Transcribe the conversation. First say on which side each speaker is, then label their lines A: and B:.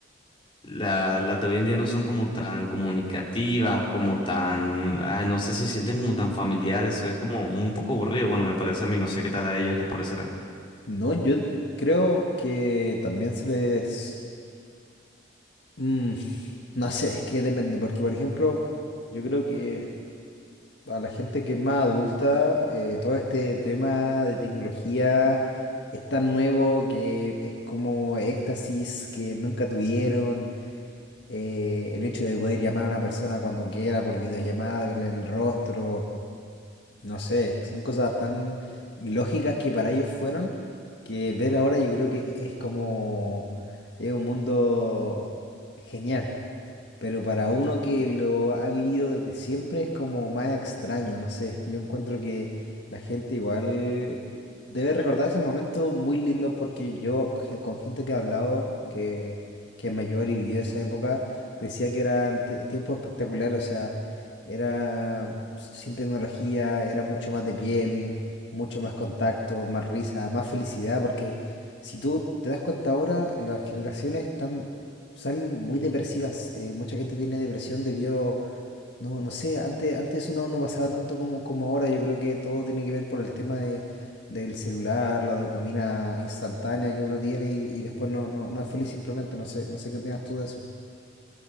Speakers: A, on the left (about 25°); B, on the left (about 60°).
A: la- las de hoy en día no son como tan comunicativas, como tan, ay, no sé si se sienten como tan familiares. Eso es como un poco aburrido. Bueno, me parece a mí, no sé qué tal a ellos les parecerá.
B: No, yo creo que también se les... mm, no sé, es que depende, porque por ejemplo, yo creo que... a la gente que es más adulta, eh, todo este tema de tecnología es tan nuevo que es como éxtasis que nunca tuvieron. eh, el hecho de poder llamar a una persona cuando quiera por videollamada, verle el rostro, no sé, son cosas tan ilógicas que para ellos fueron, que ver ahora yo creo que es, es como, es un mundo genial. Pero para uno que lo ha vivido desde siempre es como más extraño, no sé. Yo encuentro que la gente igual debe recordar esos momentos muy lindos porque yo ge- con gente que he hablado, que, que es mayor y vivió esa época, decía que eran tie- tiempos espectaculares, o sea, era sin tecnología, era mucho más de piel, mucho más contacto, más risa, más felicidad, porque si tú te das cuenta ahora, las generaciones están salen muy depresivas. eh, mucha gente tiene depresión debido, no, no sé, antes, antes eso no, no pasaba tanto como, como ahora. Yo creo que todo tiene que ver por el tema de, del celular, la dopamina instantánea que uno tiene y, y después no, no, no es feliz simplemente. No sé, no sé qué opinas tú de eso.